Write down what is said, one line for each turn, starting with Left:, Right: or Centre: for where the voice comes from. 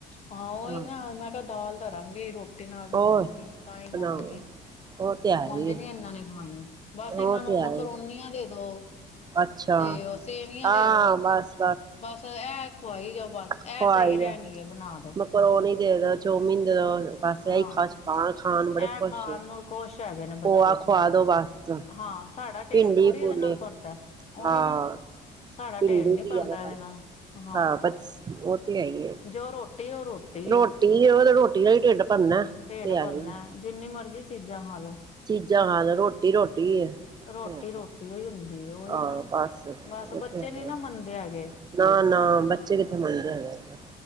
Left: ਉਹੀ
Right: ਹਾਂ
Left: ਨਾ ਮੈਂ ਕਿਹਾ ਦਾਲ ਤਰਾਂਗੀ ਰੋਟੀ। ਰੋਟੀ ਨਾਲ ਬਣਾਵਾਂਗੇ
Right: ਹੋਰ
Left: ਤਾਂ ਹੀ ਖਾਣਗੇ।
Right: ਬਣਾਓ ਉਹ ਤੇ ਹੈ
Left: ਉਂਝ
Right: ਹੀ
Left: ਨਹੀ ਇਹਨਾਂ ਨੇ ਖਾਣੀ ਬਸ
Right: ਉਹ
Left: ਇਹਨਾਂ ਨੂੰ
Right: ਤੇ
Left: ਮਕਰੋਨੀਆਂ
Right: ਹੈ ਹੀ
Left: ਦੇ ਦੋ
Right: ਅੱਛਾ
Left: ਤੇ ਉਹ ਸੇਵੀਆਂ
Right: ਹਾਂ
Left: ਦੇ ਦੋ
Right: ਬਸ
Left: ਬਸ ਇਹ ਖੁਵਾਈ ਜਾੳ ਬਸ
Right: ਖਵਾਈ
Left: ਇਹ ਸਹੀ ਰਹਿਣਗੇ ਬਣਾ ਦੋ
Right: ਮਕਰੋਨੀ ਦੇਦੋ ਚੋਵਮਿਨ ਦੇਦੋ। ਬਸ
Left: ਹਾਂ
Right: ਇਹੀ ਖਾਸ਼ ਖਣ ਖਣ ਬੜੇ
Left: ਇਹ
Right: ਖੁਸ਼
Left: ਖਾਣ ਨੂੰ ਖੁਸ਼ ਹੈਗੇ ਨੇ
Right: ਖੋਆ
Left: ਬੱਚੇ
Right: ਖਵਾਦੋ ਬਸ।
Left: ਹਾਂ ਸਾਡਾ ਢੇਡ
Right: ਭਿੰਡੀ
Left: ਥੋੜ੍ਹੀ
Right: ਭੂਨ
Left: ਇਹਦੇ ਨਾਲ ਭਰਦਾ ਉਹੀ
Right: ਹਾਂ।
Left: ਨਾ ਸਾਡਾ
Right: ਪਿੰਡੀ
Left: ਢੇਡ ਨੀ
Right: ਕੀਆ
Left: ਭਰਦਾ ਇਹਦੇ ਨਾਲ ਹਾਂ
Right: ਬਸ ਉਹ ਤੇ ਹੈ ਹੀ ਆ।
Left: ਜੋ ਰੋਟੀ ਉਹ ਰੋਟੀ
Right: ਰੋਟੀ
Left: ਏ
Right: ਉਹ ਤੇ ਰੋਟੀ ਨਾਲ ਹੀ ਢਿੱਡ ਭਰਨਾ
Left: ਢੇਡ
Right: ਤੇ ਹੈ
Left: ਭਰਨਾ
Right: ਹੀ
Left: ਜਿੰਨੀ ਮਰਜ਼ੀ ਚੀਜ਼ਾਂ ਖਾਾਲੋ।
Right: ਚੀਜ਼ਾਂ ਖਾਲੋ ਰੋਟੀ ਰੋਟੀ ਹੀ ਹੈ।
Left: ਰੋਟੀ ਰੋਟੀ ਹੀ ਹੁੰਦੀ ਉਹੀ
Right: ਆਹੋ
Left: ਨਾ
Right: ਬਸ ਇ
Left: ਬਸ ਬੱਚੇ
Right: ਤਾਂ
Left: ਨੀ
Right: ਹੈ
Left: ਨਾ
Right: ਆ।
Left: ਮੰਨਦੇ ਹੈਗੇ
Right: ਨਾ ਨਾ ਬੱਚੇ ਕਿੱਥੇ ਮੰਨਦੇ ਹੈਗੇ।